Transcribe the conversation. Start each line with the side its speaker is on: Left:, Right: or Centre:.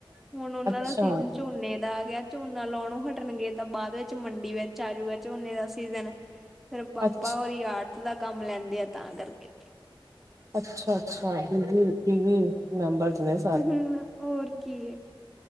Centre: ਹੁਣ ਓਨਾਂ
Right: ਅੱਛਾ
Centre: ਦਾ ਸੀਜਨ ਝੋਨੇ ਦਾ ਆ ਗਿਆ। ਝੋਨਾ ਲੋਣੋ ਹਟਣਗੇ ਤਾਂ ਬਾਅਦ ਵਿੱਚ ਮੰਡੀ ਵਿੱ ਚ ਆਜੂਗਾ ਝੋਨੇ ਦਾ ਸੀਜਨ, ਫੇਰ ਪਾਪਾ
Right: ਅੱਛਾ
Centre: ਓਰੀ ਆਰਟ ਦਾ ਕੰਮ ਲੈਂਦੇ ਆ ਤਾਂ ਕਰਕੇ।
Right: ਅੱਛਾ- ਅੱਛਾ ਬੀ- ਬੀ, ਵੀ -ਵੀ ਮੈਂਬਰਸ ਨੇ -
Centre: ਹੂੰ ਹੋਰ ਕੀ,